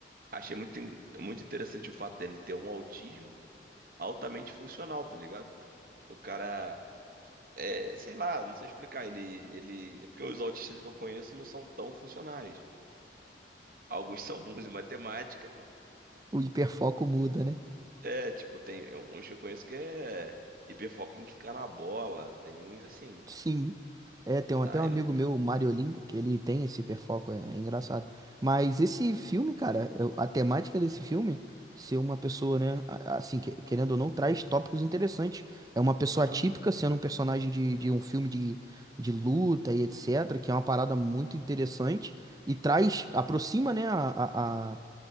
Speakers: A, on the right; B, on the right.
A: achei muito, in- muito interessante o fato dele ter um autismo altamente funcional, tá ligado? O cara, é, sei lá, não sei explicar, ele, ele, é porque os autistas que eu conheço não são tão funcionais. Alguns <laughs> são bons em matemática,
B: O hiperfoco muda, né?
A: é, tipo, tem uns que eu conheço que é hiperfoco em quicar na bola, tem uns assim.
B: Sim. É, tem um- até
A: Aí
B: um amigo meu, o Mariolin, que ele tem esse hiperfoco, é, é engraçado. Mas esse filme, cara, eu- a temática desse filme, ser uma pessoa, né, a- assim, que- querendo ou não, traz tópicos interessantes. É uma pessoa
A: não.
B: atípica sendo um personagem de, de um filme de, de luta e etc, que é uma parada muito interessante e traz, aproxima, né, a, a,